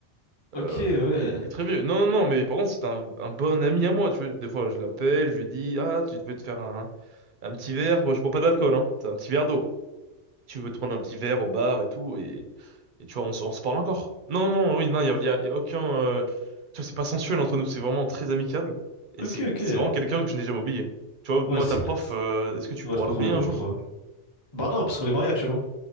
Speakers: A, on the left (about 25°); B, on the right (about 50°).
A: Ok,
B: Euh,
A: ouais.
B: et il est très vieux. Non, non, non, mais par contre, c'est un, un bon ami à moi, tu vois. Des fois, je l'appelle, je lui dis, ah, tu veux te faire un, un petit verre? Bon, je bois pas d'alcool, hein. T'as un petit verre d'eau. Tu veux te prendre un petit verre au bar et tout, et, et tu vois, on, s- on se parle encore. Non, non, non, oui, non, il y a, y a- y a aucun. euh, Tu vois, c'est pas sensuel entre nous, c'est vraiment très amical. Et
A: Ok,
B: c'est
A: ok.
B: c'est vraiment quelqu'un que je n'ai jamais oublié. Tu vois,
A: Ouais,
B: moi,
A: c'est...
B: ta prof,
A: c'est-
B: euh, est-ce que tu
A: Ouais,
B: pourras
A: c'est pas
B: l'oublier
A: qu'on voyait
B: un
A: pas
B: jour?
A: pourquoi. Bah non, parce qu'on est mariés actuellement.